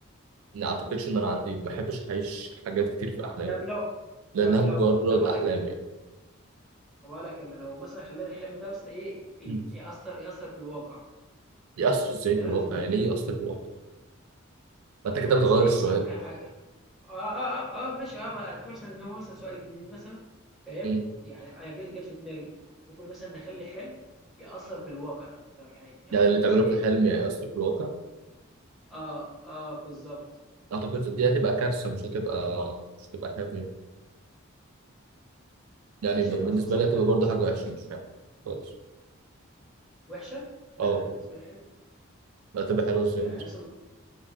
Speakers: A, on the right; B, in the centre.
A: ما اعتقدش ان انا عندي ما بحبش اعيش حاجات كتير في احلام
B: طب لو
A: لانها
B: طب لو
A: مجرد
B: طب هقول
A: احلام
B: لك كلمة طب هقول لك كلمة لو مثلا خلينا الحلم ده مثلا إيه يت-
A: يعني
B: يأثر يأثر بالواقع
A: يأثر ازاي
B: بطريقة
A: بالواقع
B: ما
A: يعني ايه يأثر بالواقع ما انت
B: يعني
A: كده بتغير
B: مثلا إيه
A: السؤال
B: حاجة اه اه اه, آه ماشي اه ما اعتبر مثلا ان هو مثلا سؤال جديد مثلا فاهم
A: مم.
B: يعني انا جت جت في دماغي ممكن مثلا نخلي حلم يأثر بالواقع فاهم يعني يعني
A: يعني اللي تعمله
B: بس ايه
A: في الحلم يعني يأثر بالواقع
B: اه اه بالظبط
A: اعتقد دي هتبقى كارثة مش هتبقى مش هتبقى حلم يعني يعني
B: ماشي
A: ب- بالنسبة
B: انا اصلا مثلا
A: لي هتبقى
B: دلوقتي
A: برضه حاجة وحشة مش حلم خالص
B: في وحشه لا
A: اه
B: انا بالنسبه لي حلوه
A: لا هتبقى حلوة ازاي
B: يعني مثلا